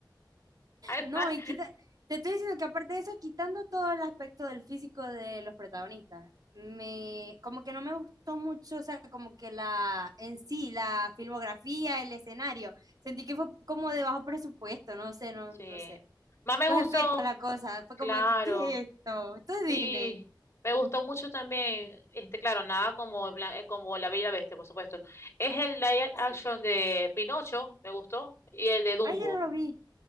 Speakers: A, on the left; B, on the right.
A: <laughs>
B: No, y quita, te estoy diciendo que aparte de eso, quitando todo el aspecto del físico de los protagonistas, me, como que no me gustó mucho, o sea, como que la, en sí, la filmografía, el escenario, sentí que fue como de bajo presupuesto, no sé, no,
A: Sí.
B: no sé.
A: Más me gustó,
B: Los efectos, la cosa, fue
A: claro.
B: como de que, ¿qué es esto? Esto es Disney.
A: Sí, me gustó mucho también, este, claro, nada como, el blan- eh, como La Bella y la Bestia, por supuesto. Es el live
B: Y
A: action
B: sí.
A: de Pinocho, me gustó, y el de Dumbo.
B: Ay, yo no lo vi.